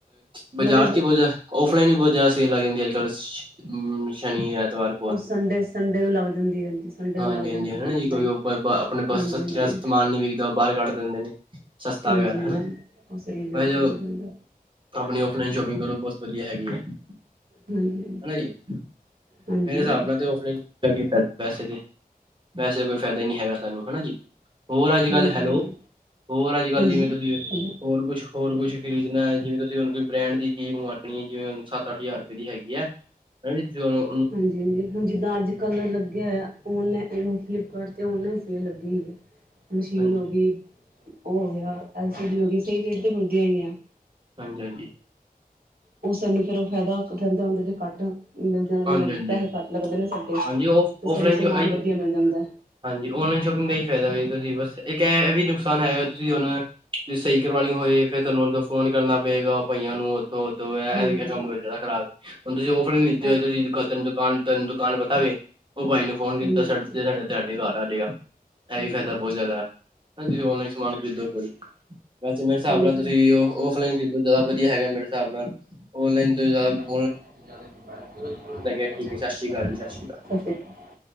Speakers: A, on the right (about 30°); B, on the right (about 70°).
A: ਬਾਜ਼ਾਰ
B: ਨਾਲੇ
A: ਚ ਬਹੁਤ ਔਫਲਾਈਨ ਵੀ ਬਹੁਤ ਜ਼ਿਆਦਾ ਸੇਲ ਲਾਈ ਹੁੰਦੀ ਅੱਜ ਕੱਲ ਸ਼ਨੀ ਐਤਵਾਰ
B: ਉਹ ਸੰਡੇ ਸੰਡੇ ਨੂੰ ਲੱਗ ਜਾਂਦੀ ਹੈ, ਹਾਂਜੀ ਸੰਡੇ
A: ਹਾਂਜੀ
B: ਨੂੰ ਲੱਗ ਜਾਂਦੀ
A: ਹਾਂਜੀ ਹੈਨਾ
B: ਹੈ ਔਫਲਾਈਨ
A: ਜੀ ਕੋਈ ਆਪਣੇ
B: ਹਾਂਜੀ ਹਾਂਜੀ
A: ਸਮਾਨ ਨੀ ਵਿਕ ਯਾ ਬਾਹਰ ਕੱਢ ਦਿੰਦੇ ਨੇ ਸਸਤਾ
B: ਹਾਂਜੀ
A: ਵਗੈਰਾ
B: ਹਾਂਜੀ
A: ਹੈਨਾ
B: ਉਹ ਸਹੀ ਰੇਟ
A: ਜੋ
B: 'ਤੇ ਮਿਲ ਜਾਂਦਾ
A: ਆਪਣੀ ਔਫਲਾਈਨ ਸ਼ੋਪਿੰਗ ਕਰੋ ਬਹੁਤ ਵਧੀਆ ਹੈਗੀ ਹੈ ਹੈਨਾ
B: ਹਾਂਜੀ
A: ਜੀ ਮੇਰੇ
B: ਹਾਂਜੀ
A: ਹਿਸਾਬ
B: ਹਾਂਜੀ
A: ਨਾਲ ਤੇ ਔਫਲਾਈਨ ਵੈਸੇ ਤੇ, ਵੈਸੇ ਕੋਈ ਫਾਇਦਾ ਹੀ ਨੀ ਹੈਗਾ ਸਾਨੂੰ ਹੈਨਾ ਜੀ ਹੋਰ ਅੱਜ ਕੱਲ੍ਹ
B: ਹਾਂਜੀ
A: ਹੈਲੋ,
B: ਹਾਂਜੀ
A: ਹੋਰ ਅੱਜ ਕੱਲ੍ਹ
B: ਹਾਂਜੀ
A: ਜਿਵੇਂ ਤੁਸੀਂ
B: ਹੈਲੋ
A: ਹੋਰ ਕੁਛ ਹੋਰ ਕੁਛ ਖਰੀਦਣਾ, ਜਿਵੇਂ ਤੁਸੀਂ ਹੁਣ ਕੋਈ ਬ੍ਰੈਂਡ ਦੀ ਕੀ ਮੰਗਵਾਣੀ ਹੈ ਜਿਵੇਂ ਸੱਤ ਅੱਠ ਹਜ਼ਾਰ ਰੁਪਏ ਦੀ ਹੈਗੀ ਚੀਜ਼ ਹੈ, ਹੰਜੀ ਤੁਸੀ ਔ ਨੂੰ
B: ਹਾਂਜੀ ਹਾਂਜੀ ਹੁਣ ਜਿੱਦਾਂ ਅੱਜ ਕੱਲ੍ਹ ਲੱਗਿਆ ਹੋਯਾ ਔਨਲਾਈਨ ਫਲਿੱਪਕਾਰਟ 'ਤੇ ਔਨਲਾਈਨ ਸੇਲ ਲੱਗੀ ਹੈ, ਮਸ਼ੀਨ
A: ਹਾਂਜੀ
B: ਹੋ ਗਈ ਉਹ ਹੋ ਗਿਆ, ਐਲ ਸੀ ਡੀ ਹੋ ਗਈ, ਸਹੀ ਰੇਟ ਤੇ ਮਿਲਦੀਆਂ ਹੈਗੀਆ।
A: ਹਾਂਜੀ, ਹਾਂਜੀ।
B: ਉਹ ਸਾਨੂੰ ਫੇਰ ਉਹ ਫਾਇਦਾ ਹੁੰਦਾ, ਕੱਟ ਮਿਲ ਮਤਲਬ
A: ਹਾਂਜੀ ਹਾਂਜੀ
B: ਪੈਸੇ ਕੱਟ ਲੱਗਦੇ ਨੇ ਸਾਡੇ
A: ਹਾਂਜੀ ਔਫ
B: ਤੇ ਸਾਨੂੰ
A: ਔਫਲਾਈਨ
B: ਸਮਾਨ
A: ਜੋ ਅੱਜ
B: ਵਧੀਆ ਮਿਲ ਜਾਂਦਾ।
A: ਹਾਂਜੀ ਔਨਲਾਈਨ ਸ਼ੋਪਿੰਗ ਦਾ ਹੀ ਫਾਇਦਾ ਵੀ ਜ ਤੁਸੀਂ ਬਸ, ਇੱਕ ਇਹ ਵੀ ਨੁਕਸਾਨ ਹੈਗਾ ਤੁਸੀਂ ਉਹਨੂੰ ਤੁਸੀਂ ਸਹੀ ਕਰਵਾਉਣੀ ਹੋਏ, ਫੇਰ ਤੁਹਾਨੂੰ ਫੋਨ ਕਰਨਾ ਪਏਗਾ ਪਾਈਆਂ ਨੂੰ ਕੰਮ
B: ਹਾਂਜੀ ਇਹ
A: ਕਰਦਾ ਖਰਾਬ, ਹੁਣ ਤੁਸੀਂ ਔਫ ਲਾਈਨ ਲਿੱਤੀ ਹੋਏ
B: ਤਾਂ
A: ਤੁਸੀਂ ਤੈਨੂੰ ਦੁਕਾਨ ਤੈਨੂੰ ਦੁਕਾਨ ਪਤਾ ਵੇ, ਉਹ ਬਾਈ ਨੂੰ ਫੋਨ ਕੀਤਾ
B: ਹਾਂਜੀ
A: ਸਾਡੇ
B: ਹਾਂਜੀ
A: ਘਰ ਆ ਜਾਏਗਾ, ਇਹ ਵੀ
B: ਹਾਂਜੀ
A: ਫ਼ਾਇਦਾ ਬਹੁਤ ਜ਼ਿਆਦਾ, ਤੁਸੀਂ ਔਨਲਾਈਨ ਸਮਾਨ ਖਰੀਦੋ ਕੋਈ ਵੈਸੇ ਮੇਰੇ ਹਿਸਾਬ
B: ਹਾਂਜੀ
A: ਨਾਲ ਤੁਸੀਂ ਔਫਲਾਈਨ ਖਰੀਦੋ, ਜ਼ਿਆਦਾ ਵਧੀਆ ਹੈਗਾ ਮੇਰੇ ਹਿਸਾਬ ਨਾਲ, ਆਨਲਾਈਨ ਤੁਸੀਂ ਜਿਆਦਾ
B: ਸਤਿ ਸ਼੍ਰੀ ਅਕਾਲ,
A: ਠੀਕ ਹੈ ਸ਼੍ਰੀ
B: ਸਤਿ
A: ਅਕਾਲ
B: ਸ਼੍ਰੀ
A: ਜੀ ਅਕਾਲ
B: ਅਕਾਲ।